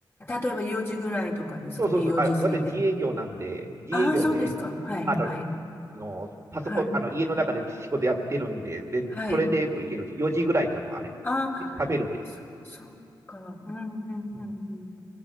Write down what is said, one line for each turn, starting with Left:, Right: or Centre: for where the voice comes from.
Left: 例えば4時ぐらいとかですかね、
Right: そうそうそう。
Left: 4時過ぎて。
Right: あ、私自営業なんで、自営業で、
Left: ああ、そうですか。はい、
Right: あの、
Left: はい、
Right: のパソコン、
Left: はい、
Right: あの家の中で仕事やってるんで、でそれでもいけるんです。
Left: はい。
Right: 4時ぐらいとかもある。
Left: ああ、
Right: 食べるっていうのは。
Left: そ、そっか。うん、うん、
Right: うん、
Left: うん、うん。